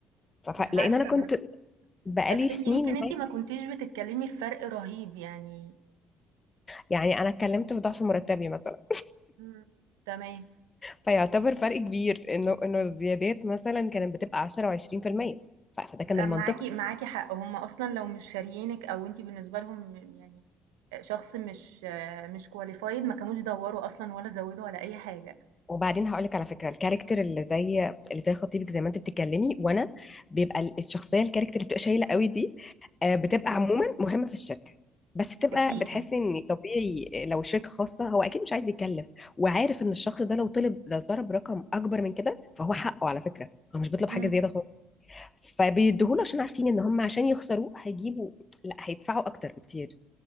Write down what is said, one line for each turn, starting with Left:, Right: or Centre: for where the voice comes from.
Left: ف... ف-
Right: مش عارفه
Left: لان انا كنت
Right: بس
Left: بقالي
Right: بس
Left: سنين
Right: انت يمكن انت
Left: معاه.
Right: ما كنتيش بتتكلمي في فرق رهيب يعني
Left: يعني انا اتكلمت في ضعف مرتبي مثلا
Right: مم. تمام
Left: فيعتبر فرق كبير انه انه الزيادات مثلا كانت بتبقى 10 و20% فده كان
Right: لأ
Left: المنطق
Right: معاكِ معاكِ حق، هُم أصلًا لو مش شاريينِك أو أنتِ بالنسبة لهم يعني آآ شخص مش مش qualified ما كانوش دَوّروا أصلًا ولا زوّدوا ولا أي حاجة،
Left: وبعدين هقول لك على فكره الكاركتر اللي زي اللي زي خطيبك زي ما انت بتتكلمي وانا بيبقى ال- الشخصيه الكاركتر اللي بتبقى شايله قوي دي آه، بتبقى عموما مهمه في الشركه بس تبقى
Right: أكيد.
Left: بتحسي ان طبيعي لو الشركه خاصه هو اكيد مش عايز يكلف وعارف ان الشخص ده لو طلب لو ضرب رقم اكبر من كده فهو حقه على فكره هو مش بيطلب
Right: إمم.
Left: حاجه زياده خالص فبيديهوله عشان عارفين ان هم عشان يخسروه هيجيبوا لا هيدفعوا اكتر بكتير